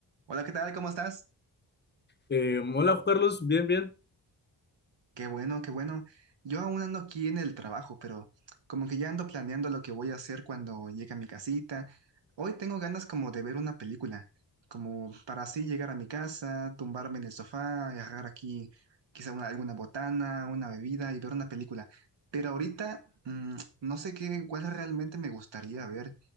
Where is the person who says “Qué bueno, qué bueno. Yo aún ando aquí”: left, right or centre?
Right